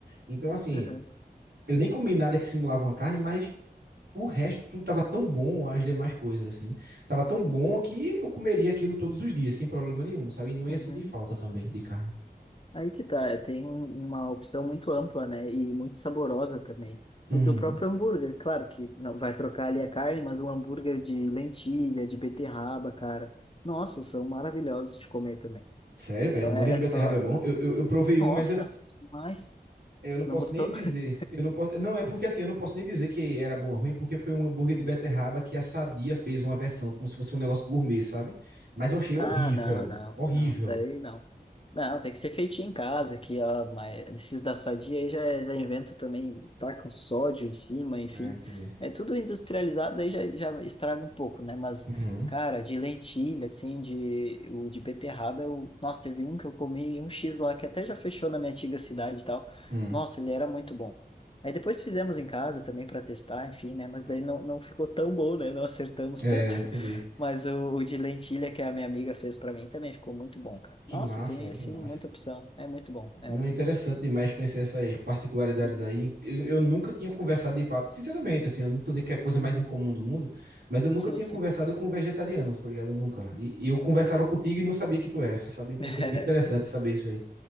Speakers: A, on the right; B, on the left.
A: Então, assim,
B: Uhum.
A: eu nem comi nada que simulava uma carne, mas o resto tudo tava tão bom, as demais coisas, assim, né? Tava tão
B: Sim.
A: bom que eu comeria aquilo todos os dias, sem problema nenhum, sabe? E não ia
B: Uhum.
A: sentir falta também de carne.
B: Aí que tá, é, tem um- uma opção muito ampla, né? E muito saborosa também.
A: Uhum.
B: E Do próprio hambúrguer, claro que não vai trocar ali a carne, mas um hambúrguer de lentilha, de beterraba, cara. Nossa, são maravilhosos de comer também.
A: Sério,
B: Então
A: velho, hambúrguer
B: é,
A: de
B: é
A: beterraba
B: só
A: é bom. Eu, eu, eu provei
B: Nossa,
A: um, mas eu,
B: mas
A: eu não posso
B: não gostou?
A: nem dizer.
B: <laughs>
A: Eu não posso. Não, é porque assim, eu não posso nem dizer que era bom ou ruim, porque foi um hambúrguer de beterraba que a Sadia fez uma versão, como se fosse um negócio gourmet, sabe? Mas eu achei horrível.
B: Ah, não, não,
A: Horrível.
B: não, daí não. Não, tem que ser feitinho em casa, que ó, mas esses da Sadia aí já, já inventam também, tacam sódio em cima, enfim.
A: Ah, entendi.
B: É tudo industrializado, daí já, já estraga um pouco, né? Mas,
A: Uhum.
B: cara, de lentilha, assim, de, o de beterraba, eu, nossa, teve um que eu comi, um X lá, que até já fechou na minha antiga cidade e tal.
A: Hum.
B: Nossa, ele era muito bom. Aí depois fizemos em casa também para testar, enfim, né? Mas
A: Hum.
B: daí não, não ficou tão bom, né? Não acertamos
A: É,
B: tanto.
A: entendi.
B: Mas o, o de lentilha que a minha amiga fez para mim também ficou muito bom, cara.
A: Que
B: Nossa,
A: massa,
B: tem
A: velho,
B: assim
A: que massa.
B: muita opção. É muito bom.
A: Não,
B: É um.
A: interessante demais conhecer essas particularidades
B: Uhum,
A: aí. Eu, eu nunca tinha conversado de fato, sinceramente, assim, eu não tô dizendo que é a coisa mais
B: uhum.
A: incomum do mundo, mas eu nunca
B: Sim,
A: tinha conversado
B: sim.
A: com um vegetariano, tá ligado? Nunca. E, e eu conversava contigo e não sabia que tu era, <laughs> sabe? Então
B: <laughs>
A: foi bem interessante saber isso aí.